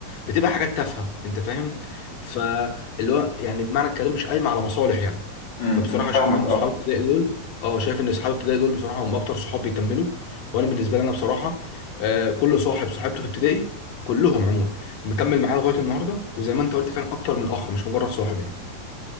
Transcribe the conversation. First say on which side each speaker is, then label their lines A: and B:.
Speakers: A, on the left; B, on the left.
A: بتبقى حاجات تافهه انت فاهم فاللي هو يعني بمعنى الكلام مش قايمه على مصالح يعني
B: امم
A: فبصراحه
B: امم. فاهمك
A: شايف ان
B: اه
A: اصحاب ابتدائي دول اه شايف ان اصحاب ابتدائي دول بصراحه هم اكتر صحاب بيكملوا وانا بالنسبه لي انا بصراحه آه، كل صاحب صاحبته في ابتدائي كلهم عموما مكمل معايا لغايه النهارده وزي ما انت قلت فعلا اكتر من اخ مش مجرد صاحب يعني